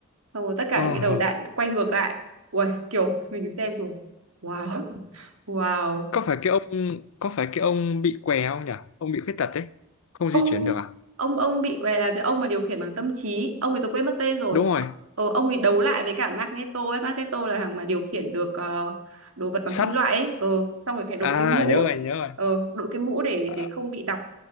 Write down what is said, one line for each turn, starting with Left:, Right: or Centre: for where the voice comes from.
Right: xong rồi tất cả
Left: ờ,
Right: những cái đầu đạn quay ngược lại Uầy, kiểu mình xem kiểu wow <laughs> wow
Left: có phải cái ông có phải cái ông bị què không nhỉ ông bị khuyết tật đấy không
Right: ông
Left: di chuyển được à
Right: ông ông bị què là cái ông mà điều khiển bằng tâm trí ông ấy tôi quên mất tên rồi
Left: đúng rồi
Right: ờ, ông ấy đấu lại với cả Magneto ấy Magneto là thằng mà điều khiển được ờ, đồ vật bằng
Left: sắt
Right: kim loại ấy ờ, xong rồi phải đội
Left: à
Right: cái mũ
Left: nhớ rồi nhớ rồi
Right: ờ, đội cái mũ để
Left: ờ
Right: để không bị đọc